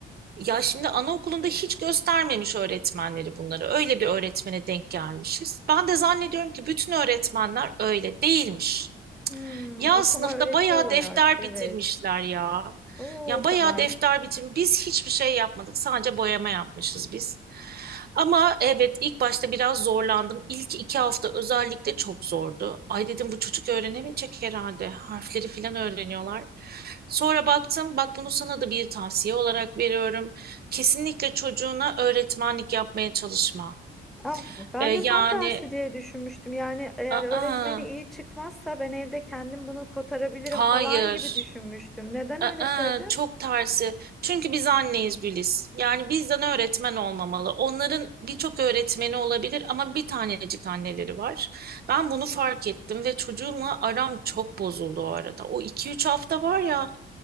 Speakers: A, on the right; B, in the centre.
A: ya şimdi anaokulunda hiç göstermemiş öğretmenleri bunları. Öyle bir öğretmene denk gelmişiz. Ben de zannediyorum ki bütün öğretmenler öyle değilmiş.
B: Hmm,
A: Ya
B: okuma
A: sınıfta
B: öğretiyorlar
A: bayağı defter
B: artık, evet.
A: bitirmişler ya.
B: Oo,
A: Ya
B: o kadar.
A: bayağı defter bitirmiş. Biz hiçbir şey yapmadık. Sadece boyama yapmışız biz. Ama evet ilk başta biraz zorlandım. İlk iki hafta özellikle çok zordu. Ay dedim bu çocuk öğrenemeyecek herhalde. Harfleri falan öğreniyorlar. Sonra baktım bak bunu sana da bir tavsiye olarak veriyorum. Kesinlikle çocuğuna öğretmenlik yapmaya çalışma.
B: Aa, ben
A: Ee,
B: de tam
A: yani
B: tersi diye düşünmüştüm. Yani eğer
A: aa,
B: öğretmeni iyi çıkmazsa ben evde kendim bunu kotarabilirim
A: hayır.
B: falan gibi düşünmüştüm. Neden öyle
A: Aa,
B: söyledin?
A: çok tersi. Çünkü biz anneyiz Güliz. Yani bizden öğretmen olmamalı. Onların birçok öğretmeni olabilir ama bir tanecik anneleri var. Ben bunu fark ettim ve çocuğumla aram çok bozuldu o arada. O iki üç hafta var ya